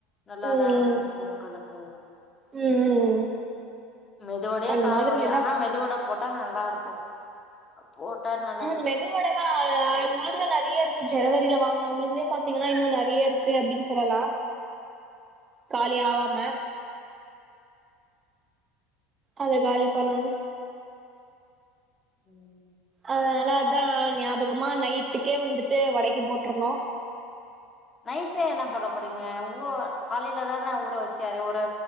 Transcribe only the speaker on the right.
ம்
ம் ம்
அந்த
மாதிரி எதா
ம் மெதுவடலா உளுந்து நெறைய இருக் க்கு ஜனவரில வாங்குன உளுந்தே பாத்தீங்கன்னா இன்னு நெறைய இருக்கு அப்டின் சொல்லலா காலி ஆவாம அத காலி பண்ணனு
அதனாலா அதா ஞாபகமா நைட்டுக்கே வந்துட்டு வடைக்கி போட்ரணு